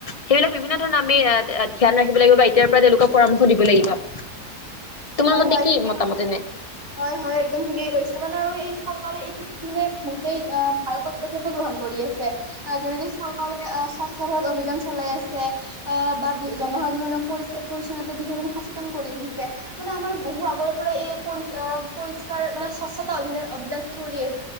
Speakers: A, on the left; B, on the right.
A: সেইবিলাক বিভিন্ন ধৰণৰ আমি। এ ধ্যান ৰাখিব লাগিব বা এতিয় পৰা তেওঁলোকক পৰামৰ্শ দিব লাগিব। তোমাৰ
B: হয়
A: মেতে
B: হয়
A: কি
B: ঠিকে
A: মতামতে এনে।
B: হয় হয় একদম থিকে কৰিছে মানে আৰু এই চৰকাৰে এই ক্ষেত্ৰত মানে বহুতেই অ। গ্ৰহন কৰি আছে যেনেকে চৰকিৰে। সচ ভাৰৰত অভিযান চলাই আছে অ বা জনসাধাৰণক পৰিষ্কাৰ পৰিচ্ছন্নতা বিষয়ে সচেতন কৰি আহিছে। মানে আমাৰ বহু আগৰে পৰা এই পৰি পৰিষ্কাৰ মানে স্বচ্তা অভি অভিযান চৰি আছে।